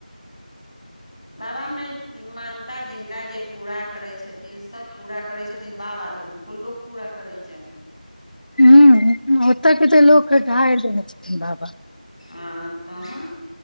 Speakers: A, in the centre; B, on the left.
A: बाबमे मा न्गता जिनका जे पूरा करै छथिन सभ पूरा करै छथिन बाबा तऽ हुनको लोक पूरा करै छनि
B: हूं ओत्त के त' लोक ढारि देने बाबा
A: आम तहन